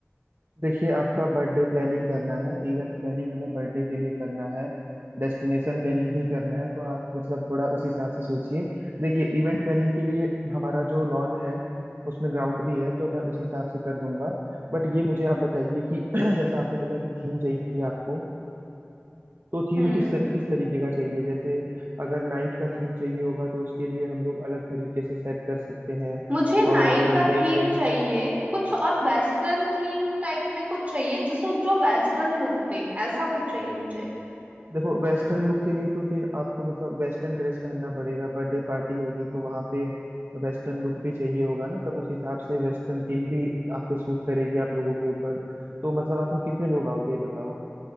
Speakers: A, on the right (about 55°); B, on the right (about 35°).
A: देखिए आपका बर्थडे प्लानिंग करना है इवेंट प्लानिंग हमें बर्थडे के लिए करना है डेस्टिनेशन प्लानिंग ही करना है तो आप मतलब थोड़ा उस हिसाब से सोचिए देखिए इवेंट प्लानिंग के लिए हमारा जो लॉन है उसमें ग्राउंड भी है तो मैं उस हिसाब से कर दूंगा बट ये मुझे आप बताइए कि <clears throat> जैसा आपने बोला कि थीम चाहिए आपको तो थीम
B: हम्म
A: किस तर, किस तरीके का चाहिए जैसे अगर नाइट का थीम चाहिए होगा तो उसके लिए हम लोग अलग तरीके से सेट कर सकते हैं
B: मुझे नाइट
A: और अगर
B: का थीम
A: डे में
B: चाहिए कुछ और वेस्टर्न थीम टाइप में कुछ चाहिए जैसे जो वेस्टर्न लुक दे ऐसा कुछ चाहिए मुझे
A: देखो वेस्टर्न लुक के लिए तो फिर आपको मतलब वेस्टर्न ड्रेस पहनना पड़ेगा बर्थडे पार्टी होगी तो वहां पे वेस्टर्न लुक भी चाहिए होगा ना तब उस हिसाब से वेस्टर्न थीम भी आप पे सूट करेगी आप लोगों के ऊपर तो मतलब आप लोग कितने लोग आओगे ये बताओ